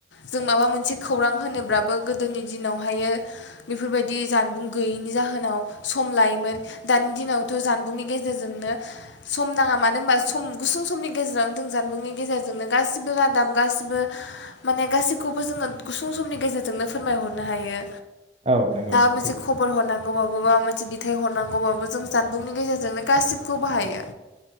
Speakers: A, on the left (about 80°); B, on the right (about 35°).
A: जों माबा मोनसे खौरां होनोब्लाबो गोदोनि दिनावहायो बेफोरबायदि बि जानबुं गैयैनि जाहोनाव सम लायोमोन दानि दिनावथ' जानबुंनि गेजेरजोंनो सम नाङा मानो होनबा सम गुसुं समनि गेजेरावनो जों जानबुंनि गेजेरजोंनो गासिबो रादाब गासिबो माने गासिखौबो जोङो गुसुं समनि गेजेरजोंनो फोरमायहरनो हायो।
B: नंगौ औ नंगौ औ औ नंगौ
A: दा
B: नोंथां
A: मोनसे
B: थिग
A: खबर हरनां अबावबाबा माबा मोनसे ब हरनांगौबाबो जों जानबुंनि गेजेरजोंनो गासिबखौबो बाहायो।